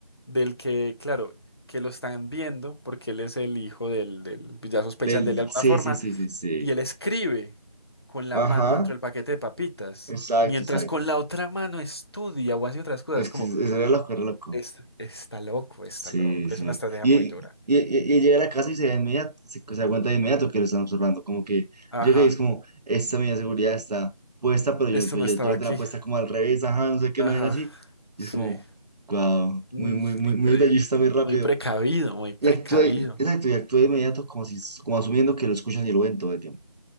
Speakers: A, on the left; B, on the right.
A: del que, claro, que lo están viendo porque él es el hijo del, del, pues ya sospechan
B: del
A: de él de alguna
B: sí,
A: forma,
B: sí, sí, sí, sí.
A: y él escribe con la
B: Ajá,
A: mano dentro del paquete de papitas,
B: exacto,
A: mientras
B: exacto.
A: con la otra mano estudia o hace otras cosas,
B: Es
A: como,
B: que eso era la loco
A: es está, loco, está
B: Sí,
A: loco,
B: sí.
A: es una estrategia
B: Y,
A: muy
B: y,
A: dura.
B: y- y llega a la casa y se da inmediato, se, se da cuenta de inmediato que lo están observando. Como que
A: Ajá.
B: llega y es como, esta medida de seguridad está puesta, pero yo,
A: Esto
B: pero
A: no
B: yo,
A: estaba
B: yo te la
A: aquí.
B: tenía puesta como al revés, ajá, no sé qué,
A: Ajá.
B: no hay así. Y
A: Sí.
B: es como, wow,
A: Mm,
B: muy, muy, muy,
A: increíble.
B: muy detallista, muy rápido.
A: Muy precavido, muy precavido.
B: Y actúa, exacto, y actúa de inmediato como si, como asumiendo que lo escuchan y lo ven todo el tiempo.